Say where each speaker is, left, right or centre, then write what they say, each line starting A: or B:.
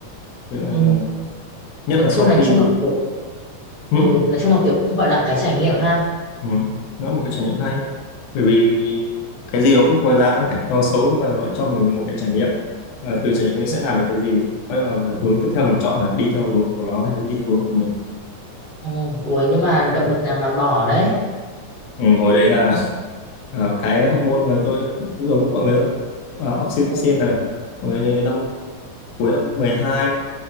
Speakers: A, on the left; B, on the left.
A: Thế là-
B: ừ.
A: nhất
B: Ừ,
A: là sau
B: thôi nói
A: khi
B: chung là kiểu,
A: ừ,
B: ừ nói chung là kiểu cũng gọi là cái trải nghiệm ha
A: ừ, nó là một cái trải nghiệm hay
B: ừ,
A: bởi vì cái gì nó cũng có giá đâu nó xấu nhưng mà nó lại cho mình một cái trải nghiệm Và từ trải nghiệm mình
B: ừ.
A: sẽ làm được cái gì Bắt đầu là hướng tiếp theo mình chọn là đi theo hướng của nó hay đi theo hướng của mình
B: ừ. ủa nhưng mà động lực nào mà bỏ đấy
A: ừ, hồi đấy là ờ, cái hormone mà tôi cũng giống mọi người thôi Ờ, oxytocin
B: ừ,
A: là hồi năm cuối năm 12